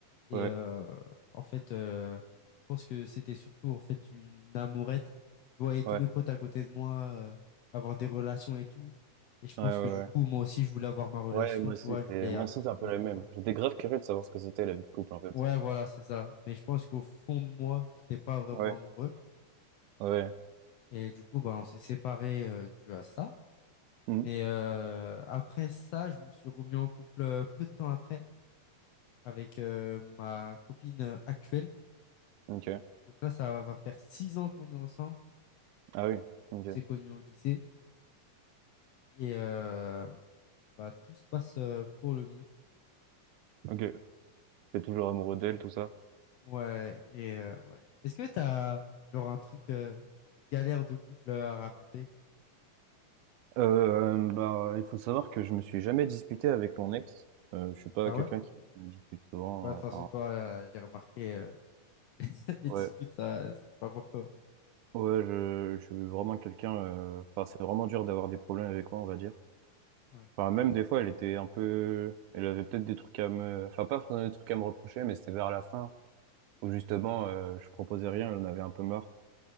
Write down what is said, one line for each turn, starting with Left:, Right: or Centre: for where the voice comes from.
Left: Et
Right: Ouais,
Left: euh, en fait, euh, je pense que c'était surtout en fait une amourette. Je voyais tous
Right: ouais,
Left: mes potes à côté de moi euh, avoir des relations et tout. Et je pense
Right: ouais, ouais.
Left: que du
Right: ouais.
Left: coup, moi aussi, je voulais avoir ma relation.
Right: Ouais, moi aussi,
Left: Tu vois, je
Right: c'est
Left: voulais
Right: moi
Left: avancer
Right: aussi, c'est un
Left: dans
Right: peu
Left: ma
Right: la
Left: vie,
Right: même.
Left: quoi.
Right: J'étais grave curieux de savoir ce que c'était la vie de couple en fait.
Left: Ouais, voilà, c'est ça. Mais je pense qu'au fond de moi, j'étais pas vraiment
Right: Ouais,
Left: amoureux.
Right: ouais.
Left: Et du coup, bah, on s'est séparés euh, dû à ça.
Right: Mhm.
Left: Mais euh, après ça, je me suis remis en couple euh, peu de temps après avec euh, ma copine euh, actuelle.
Right: Ok.
Left: Donc là, ça va faire six ans qu'on est ensemble.
Right: Ah oui. Ok.
Left: On s'est connus au lycée et euh, bah, tout se passe euh, pour le mieux.
Right: Ok. T'es toujours amoureux d'elle, tout ça?
Left: Ouais, et euh, ouais. Est-ce que t'as genre un truc euh, galère de couple euh, à raconter?
Right: Euh, bah, il faut savoir que je me
Left: Une
Right: suis
Left: anecdote.
Right: jamais disputé avec mon ex. Euh, je suis pas
Left: Ah
Right: quelqu'un
Left: ouais?
Right: qui me dispute souvent.
Left: Ouais, de toute
Right: euh,
Left: façon,
Right: Enfin,
Left: toi, euh, j'ai remarqué euh, <laughs> les
Right: ouais,
Left: disputes, ça, c'était pas pour toi.
Right: ouais, je, je suis vraiment quelqu'un. euh, Enfin, c'est vraiment dur d'avoir des problèmes avec moi, on va dire.
Left: Ouais,
Right: Enfin, même des fois, elle était un peu. Elle avait peut-être des trucs à me. Enfin, pas forcément des trucs à me reprocher, mais c'était vers la fin où justement, euh, je proposais rien, elle en avait un peu marre.